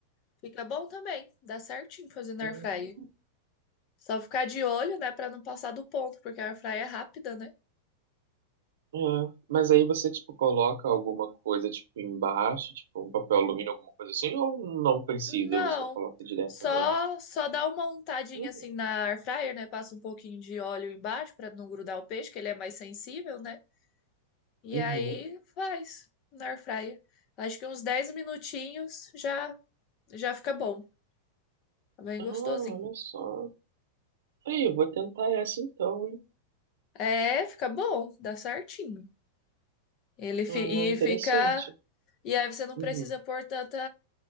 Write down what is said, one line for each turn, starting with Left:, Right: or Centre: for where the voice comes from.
Left: fica bom também. Dá certinho fazer na
Right: Hum,
Left: air fryer. Só ficar de olho, né, Pra não passar do ponto, porque a air fryer é rápida, né?
Right: É, mas aí você, tipo, coloca alguma coisa, tipo, embaixo, tipo, um papel alumínio, alguma coisa assim, ou não precisa,
Left: Não.
Right: você coloca direto
Left: Só
Right: na...
Left: só dá uma untadinha
Right: Hum,
Left: assim na air fryer, né? Passa um pouquinho de óleo embaixo pra não grudar o peixe, que ele é mais sensível, né? E
Right: Uhum.
Left: aí faz na air fryer. Acho que uns 10 minutinhos já já fica bom. Tá Bem
Right: Ah,
Left: gostosinho.
Right: olha só. Aí, eu vou tentar essa então, hein?
Left: É, fica bom, dá certinho. Ele fi-
Right: Ah, interessante.
Left: e fica E aí você não
Right: Uhum.
Left: precisa pôr tanta,